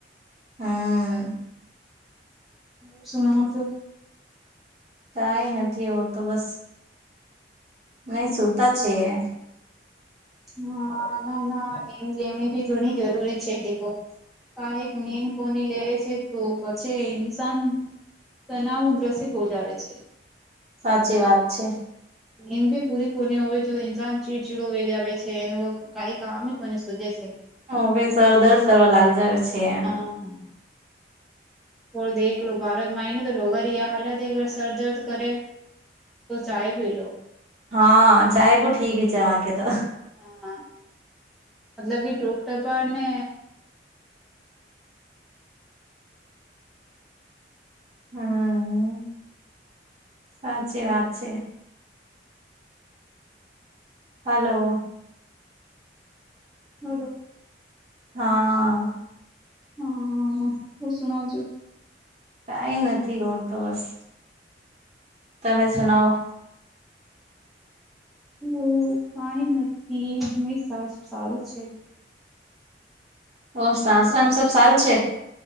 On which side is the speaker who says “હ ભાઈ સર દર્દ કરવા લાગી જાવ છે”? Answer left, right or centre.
Right